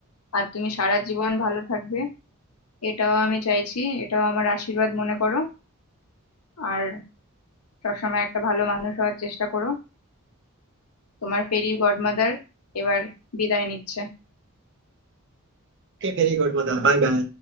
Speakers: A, on the left (about 80°); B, on the right (about 55°).
A: আর তুমি সারা জীবন ভালো থাকবে এটাও আমি চাইছি এটাও আমার আশীর্বাদ মনে করো আর সবসময় একটা ভালো মানুষ হওয়ার চেষ্টা করো তোমার ফেরি গডমাদার এবার বিদায় নিচ্ছে
B: Okay very good mother bye by